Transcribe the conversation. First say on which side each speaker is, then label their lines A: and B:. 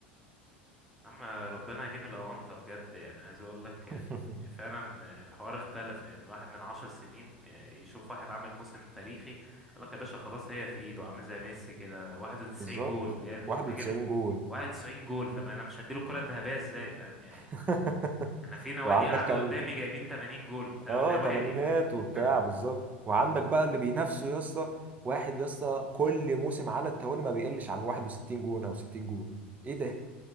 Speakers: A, in the centre; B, on the right.
A: اما ربنا يديم الاونطة بجد يعني عايز اقول لك
B: <laughs>
A: يعني فعلا الحوار اختلف يعني الواحد من عشر سنين يشوف واحد عامل موسم تاريخي يقول لك يا باشا خلاص هي في ايده عامل زي ميسي كده 91
B: بالظبط
A: جول جايب الفجر
B: 91 جول
A: 91 جول طب انا مش هديله الكرة الذهبية ازاي فاهم يعني
B: <laughs>
A: انا في نوادي
B: وعندك
A: قاعده
B: كان
A: قدامي جايبين 80 جول تا-
B: اه
A: نوادي
B: تمانينات
A: فاهم
B: وبتاع
A: <laughs>
B: بالظبط وعندك بقى اللي بينافسه يا اسطى واحد يا اسطى كل موسم على التوالي ما بيقلش عن 61 جون او 60 جون ايه ده